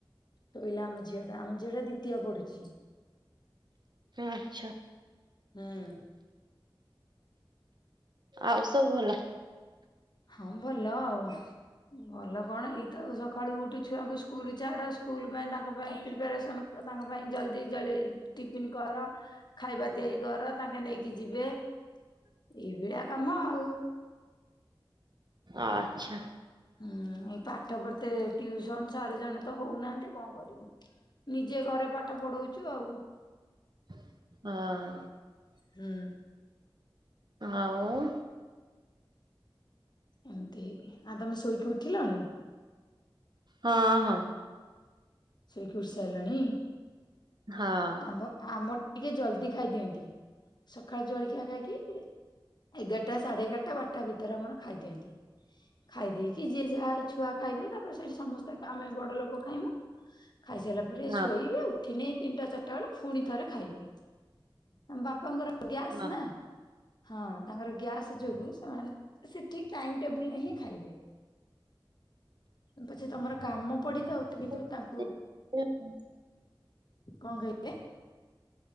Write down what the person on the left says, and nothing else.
ଶୋଇଲା ଆମ ଝିଅ ଟା ଆମ ଝିଅ ଟା ଦ୍ଵିତୀୟ ପଡୁଛି।
ହୁଁ।
ହଁ ଭଲ ଆଉ। ଭଲ କଣ ଏଇତ ସଖାଳୁ ଉଠୁ ଛୁଆଙ୍କୁ ସ୍କୁଲ ଛାଡ ସ୍କୁଲ ପାଇଁ ତାଙ୍କ ପାଇଁ ପ୍ରିପାରେସନ ତାଙ୍କ ପାଇଁ ଜଲଦି ଜଳେଇ ଟିପିନ କର। ଖାଇବା ତିଆରି କର ତାଙ୍କେ ନେଇକି ଯିବେ ଏଇଭଳିଆ କାମ ଆଉ।
ହୁଁ ଏଇ ପାଠ ପଢ଼ିତେ ଟିଉସନ୍ ସାର ଜଣେ ତ ହଉନାହାନ୍ତି। କଣ କରିବୁ? ନିଜେ ଘରେ ପାଠ ପଢଉଚୁ ଆଉ।
ହୁଁ।
ଏମିତି ହେଇକି ଆ ତମେ ଶୋଇକି ଉଠିଲଣି?
ଶୋଇକି ଉଠିସାରିଲଣି
ଆମ-ଆମ ଟିକେ ଜଲଦି ଖାଇଦିଅନ୍ତି ସଖାଳେ ଜଳଖିଆ ଖାଇକି ଏଗାରଟା ସାଢେ ଏଗାରଟା ବାରଟା ଭିତରେ ଆମର ଖାଇ ଦିଅନ୍ତି। ଖାଇ ଦେଇକି ଯିଏ ଯାହା ଛୁଆ ଖାଇବେ ତାପରେ ସେଇଠି ସମସ୍ତେ ଆମେ ବଡ ଲୋକ ଖାଇମୁ। ଖାଇସାରିଲା ପରେ
ଶୋଇବି ଆଉ। ଠନେ ଏଇ ତିନିଟା ଚାରିଟା ବେଳେ ଫୁଣି ଥରେ ଖାଇବି ଆମ୍ ବାପାଙ୍କର ଗ୍ୟାସ୍
ନା ହଁ ତାଙ୍କର ଗ୍ୟାସ୍ ଯୋଗୁ। ସେ ଠିକ ଟାଇମ୍ ଟେବୁଲରେ ହିଁ ଖାଇବେ। ପଛେ ତମର କାମ ପଡିଥାଉ ତ କିନ୍ତୁ
ତାଙ୍କୁ କଣ କଇଲେ?